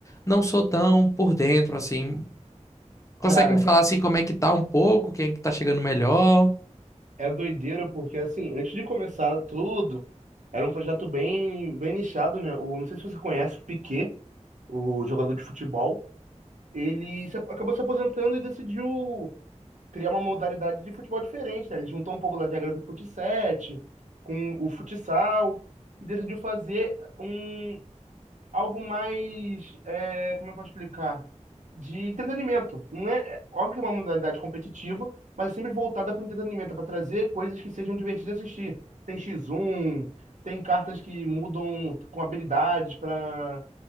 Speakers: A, on the left; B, on the right.
A: não sou tão por dentro assim. Consegue
B: Cara,
A: me falar assim como é que tá um pouco, quem é que tá chegando melhor?
B: é doideira porque, assim, antes de começar tudo, era um projeto bem, bem nichado, né? O, não sei se você conhece o Piquet, o jogador de futebol. Ele se, acabou se aposentando e decidiu. criar uma modalidade de futebol diferente, né? Ele juntou um pouco das regras do fut sete com o futsal e decidiu fazer um, algo mais, é, como eu posso explicar? De entretenimento. Não é, é, óbvio que é uma modalidade competitiva, mas é sempre voltada para o entretenimento, é para trazer coisas que sejam divertidas de assistir. Tem X1, tem cartas que mudam com habilidades para